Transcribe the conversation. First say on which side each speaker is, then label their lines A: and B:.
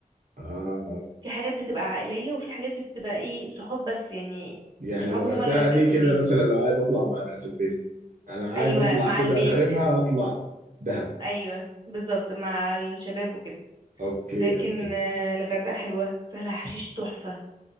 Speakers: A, on the right; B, on the right.
A: آه
B: في حاجات بتبقى عائلية وفي حاجات بتبقى ايه صحاب بس يعني
A: يعني
B: صحاب
A: الغردقة
B: هم اللي هينبسطوا
A: دي كده
B: فيها
A: مثلا لو عايز اطلع مع ناس البيت انا عايز
B: ايوه
A: اطلع
B: مع
A: كده
B: البيت
A: اخربها اطلع دهب
B: ايوه بالظبط مع الشباب وكده
A: اوكي
B: لكن
A: اوكي
B: آه الغردقة حلوة سهلها حشيش تحفة